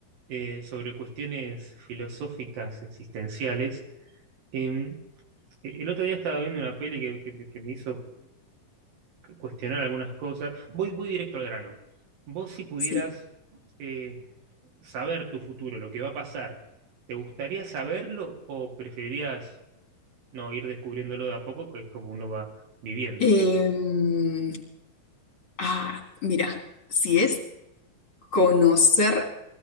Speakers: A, on the right; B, on the left.
A: eh, sobre cuestiones filosóficas existenciales. Eh, el otro día estaba viendo una peli que, que- que me hizo cuestionar algunas cosas. Voy, voy directo al grano. Vos si pudieras...
B: Sí.
A: eh, saber tu futuro, lo que va a pasar, ¿te gustaría saberlo o preferirías no ir descubriéndolo de a poco, que es como uno va viviendo?
B: Em, ah, mira, si es conocer